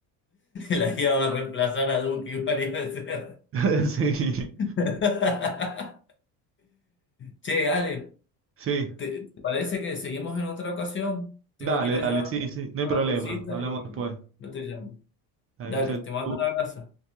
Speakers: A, on the left; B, on the right.
A: la IA va a reemplazar a Duki varias veces.
B: <laughs> Sí,
A: <laughs> Che, Ale,
B: sí,
A: ¿te, te parece que seguimos en otra ocasión? Tengo
B: dale,
A: que ir a ayudar
B: dale,
A: a
B: sí, sí, no
A: una
B: hay problema,
A: cosita
B: hablamos
A: y
B: después.
A: yo te llamo.
B: Dale,
A: Dale,
B: chau,
A: te mando
B: chau.
A: un abrazo.